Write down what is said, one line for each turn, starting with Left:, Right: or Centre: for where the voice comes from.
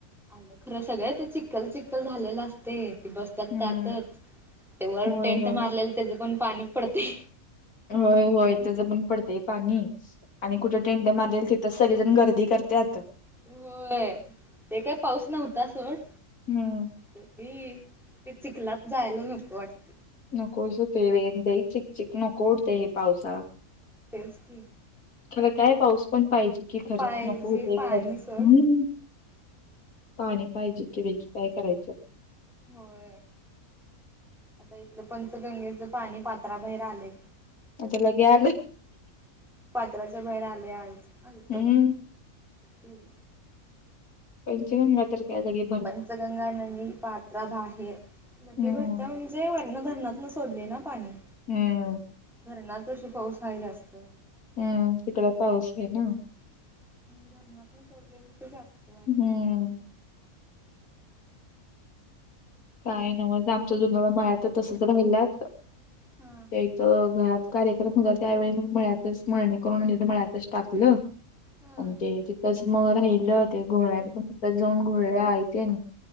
Centre: आलं खरं सगळ्या, ते चिक्खल, चिक्खल झालेलं असते, ती बस त्या
Left: हं.
Centre: त्याच ते वर,
Left: होय,
Centre: टेंट
Left: होय.
Centre: मारलेल त्याचे पण पाणी पडते,
Left: हो होय त ज पण पडतेय पाणी आणि कुठे टेंट, मारेल तिथ सगळेजण गर्दी करतात,
Centre: होय ते काय, पाऊस नव्हता सोड,
Left: हम,
Centre: ते चिखलात जायला नकं वाटत,
Left: नको शतू दई चिकक चक नकोहोतंय हे, पावसाळा.
Centre: तेच की,
Left: खरं काय पाऊस पण पाहिजे, की खरं
Centre: पाहिजे
Left: नकोते
Centre: पाणी
Left: खरं हम्म,
Centre: सोड
Left: पाणी पाहिजे की बाई, काय करायचं.
Centre: होय आता इथलं, पंचगंगेच पाणी पात्राबाहेर आलंय.
Left: आता लगे आलं.
Centre: पात्राच्या बाहेर आले आज आज,
Left: हं.
Centre: <unintelligible> <unintelligible>
Left: पंच गांगा तर काय लागेल,
Centre: पंचगंगा नदी पात्रा बाहेर, लगे
Left: हं,
Centre: भरत म्हणजे? जे वरन धरणात ना सोडले ना पाणी,
Left: हम्म.
Centre: धरणात वशी पाऊस आहे जास्त.
Left: हम्म तिकड पाऊस आहे ना.
Centre: धरात ना सोडले मी ते जास्त. वाहिल्या
Left: हम्म. काय नमज आमचं जुडं मळत तस तर मिल्यात.
Centre: हम्म.
Left: त्या इथं घरात कार्यक्रम होता त्यावेळी मळ्यातच म्हळणे करून म्ह तर मळ्यातच टाकलं.
Centre: हा
Left: अ ते. मग राहिले होते घ पण जाऊन घळले त्याला.